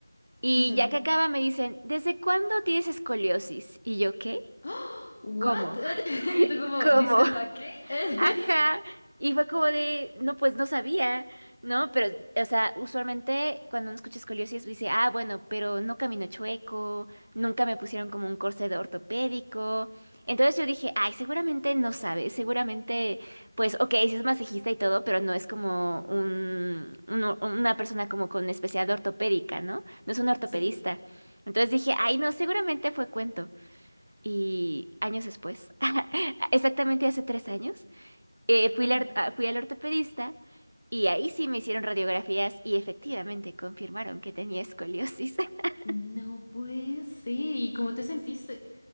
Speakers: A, on the right; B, on the left.
A: Y
B: ujú.
A: ya que acaba me dicen, ¿desde cuándo tienes escoliosis? Y yo, ¿qué?
B: ¡Ah! ¿What?
A: ¿Cómo?
B: <laughs>
A: <laughs>
B: Y tú como,
A: ¿Cómo?
B: disculpa, ¿qué? <laughs>
A: Ajá. Y fue como de, no, pues no sabía, ¿no? Pero, o sea, usualmente cuando uno escucha escoliosis dice, ah, bueno, pero no camino chueco, nunca me pusieron como un corset ortopédico. Entonces yo dije, ay, seguramente no sabe, seguramente, pues, ok, sí es masajista y todo, pero no es como un, un- una persona como con especialidad ortopédica, ¿no? No es un ortopedista.
B: Sí.
A: Entonces dije, ay, no, seguramente fue cuento. Y años después, <laughs> exactamente hace tres años. Eh, fui,
B: Ajá.
A: al or- a- fui al ortopedista y ahí sí me hicieron radiografías y efectivamente confirmaron que tenía escoliosis. <laughs>
B: No puede ser. ¿Y cómo te sentiste?